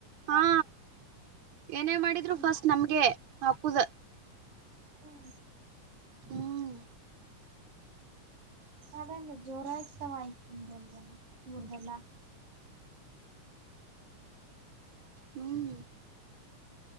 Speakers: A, on the right; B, on the right.
A: ಹಾ ಏನೇ ಮಾಡಿದ್ರು
B: ಹ್ಮ್
A: ಫಸ್ಟ್ ನಮ್ಗೆ ಹಾಕುದ
B: ಹ್ಮ
A: ಹ್ಮ್
B: ಅದೇ ಜೋರ ಇತ ವಾಯಕ ಎಂದ ಕೂರುದಲ್ಲ
A: ಹ್ಮ್